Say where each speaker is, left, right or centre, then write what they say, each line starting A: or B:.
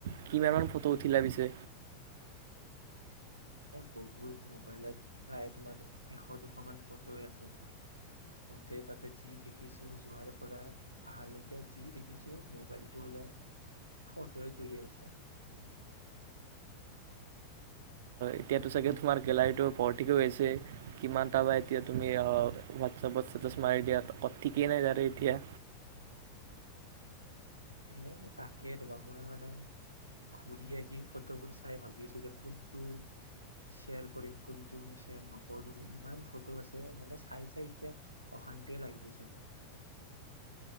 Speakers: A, on the right (about 55°); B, on the right (about 85°).
A: কিমান মান ফটো উঠিলা পিছে?
B: এ বহুত মোবাইলত প্ৰায় তোমাৰ এশ দুশ মান ফটোয় আছে মোৰ গোটেই তাতে যি দেখিছো যোৱাৰ পৰা আহালৈকে যি দেখিছো মোবাইলটো ওলাই ফটোয়ে তুলি আছো আৰ।
A: এতিয়াতো চাগে তোমাৰ গেলাৰীটো ভৰ্টি হৈ আছে। কিমানটা বা এতিয়া তুমি হোৱাটছএপত ষ্টেটাছ মাৰি দিয়া ঠিকেই নাই তাৰে এতিয়া
B: এ তাকে ৰবা, মই মানে ঘূৰি আহি ফটোবোৰ চাই ভাবি আছো যে কোনটো শ্বেয়াৰ কৰিম কোনটো শ্বেয়াৰ নকৰো, ইমান ফটো আছে মানে চাই চাই এতিয়া অশান্তিয়ে লাগি গৈছে মোৰ।